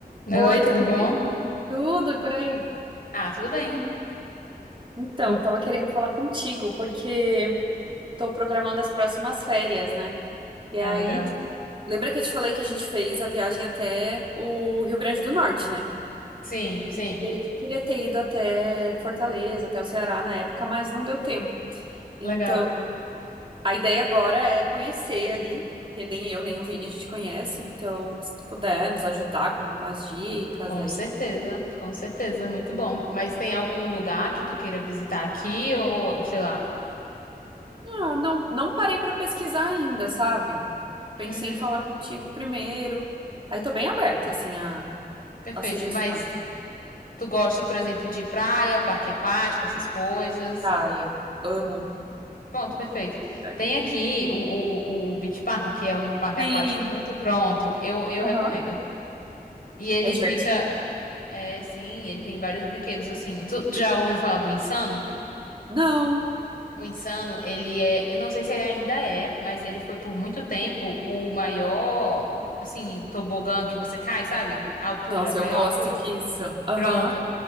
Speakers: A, on the left (about 60°); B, on the right (about 30°).
A: Oi,
B: Oi,
A: tudo bom?
B: tudo e por aí?
A: Ah, tudo bem.
B: Então,
A: Hum,
B: tava querendo falar contigo porque tô programando as próximas férias, né? E
A: Ah,
B: aí,
A: legal.
B: lembra que eu te falei que a gente fez a viagem até o Rio Grande do Norte, né?
A: Sim, sim,
B: E a gente queria ter ido até Fortaleza, até o Ceará na época, mas não deu tempo. Então,
A: legal.
B: a ideia agora é conhecer ali, que nem eu nem o Vini a gente conhece, então, se tu puder nos ajudar com algumas dicas
A: Com
B: aí.
A: certeza, com certeza, muito bom. Mas tem algum lugar que tu queira visitar aqui ou, sei lá?
B: Ah, não, não parei pra pesquisar ainda, sabe? Pensei
A: Uhum,
B: em falar contigo primeiro. Aí tô bem aberta, assim, a,
A: perfeito.
B: a sugestões.
A: Mas tu gosta, por exemplo, de praia, parque aquático, essas coisas?
B: Praia. Amo.
A: Pronto, perfeito.
B: praia.
A: Tem aqui o, o, o Beach Park, que é um parque
B: Sim.
A: aquático muito pronto. Eu, eu
B: Aham.
A: recomendo. E ele
B: É divertido?
A: fica, é, sim, ele tem vários brinquedos assim. Tu, tu já ouviu falar do Insano?
B: Não.
A: O Insano, ele é, eu não sei se ele ainda é, mas ele foi por muito tempo o maior, assim, tobogã que você cai, sabe? A altura,
B: Nossa,
A: a maior
B: eu gosto
A: altura.
B: disso. Aham.
A: Pronto.